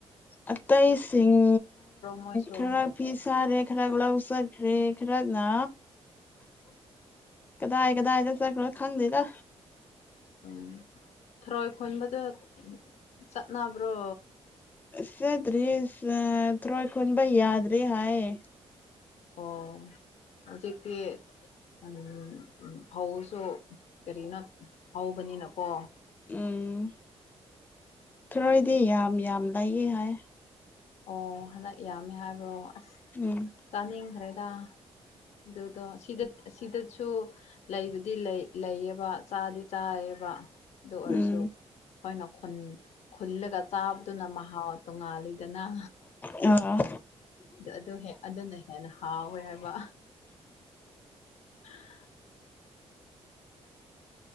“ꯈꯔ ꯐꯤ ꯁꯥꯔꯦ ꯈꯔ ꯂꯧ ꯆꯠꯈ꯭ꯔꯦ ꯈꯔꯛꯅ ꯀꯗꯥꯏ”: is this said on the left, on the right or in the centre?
Left